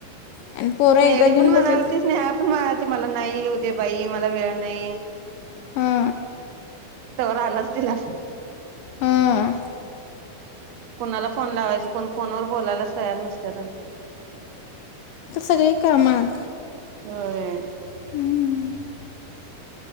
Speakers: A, on the left; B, on the right.
A: आणि पोरं
B: स्नेहडी
A: एकदा घेऊन
B: पण म्हणालती
A: बसले
B: स्नेहाच म्हणा ती मला न नाही उद्या बाई मला वेळ नाही
A: हा
B: तवर आलाच तिला
A: हं
B: कुणाला फोन लावायचा कोण फोनवर बोलायलाच तयार नसत्यात आणि
A: तर सगळी कामात
B: व्हय
A: हं